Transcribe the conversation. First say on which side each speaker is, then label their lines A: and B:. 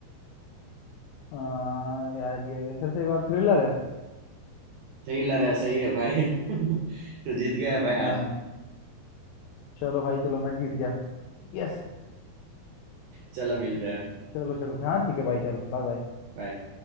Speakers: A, on the left; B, on the right.
A: आ, यार ये फिर से एक बार थ्रिलर है
B: थ्रिलर है सही है भाई <laughs> तो जीत गया भाई आज
A: हाँ चलो भाई चलो मैं जीत गया यस
B: चलो मिलते हैं
A: चलो चलो हाँ ठीक है भाई चलो बाय बाय
B: बाय